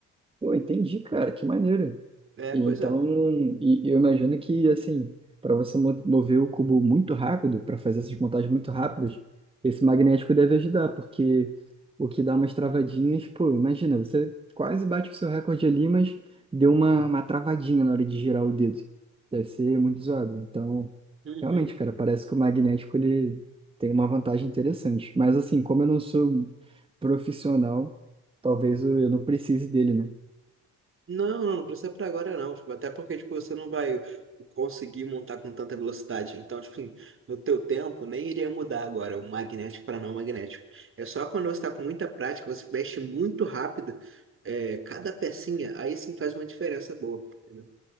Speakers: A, on the right (about 20°); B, on the right (about 45°).
A: Pô, entendi, cara, que maneiro.
B: É,
A: E
B: pois
A: então,
B: é.
A: e, e eu imagino que, assim, para você mo- mover o cubo muito rápido, para fazer essas montagens muito rápidas, esse magnético deve ajudar, porque o que dá umas travadinhas, pô, imagina, você quase bate o seu recorde ali, mas deu uma, uma travadinha na hora de girar o dedo. Deve ser muito zoado. Então,
B: Uhum.
A: realmente, cara, parece que o magnético ele tem uma vantagem interessante. Mas, assim, como eu não sou um profissional, talvez eu eu não precise dele, né?
B: Não, não, não precisa pra agora não, tipo, até porque, tipo, você não vai conseguir montar com tanta velocidade, então, tipo, assim, no teu tempo nem iria mudar agora o magnético para não magnético, é só quando você tá com muita prática, você mexe muito rápido, é, cada pecinha, aí sim faz uma diferença boa, entendeu?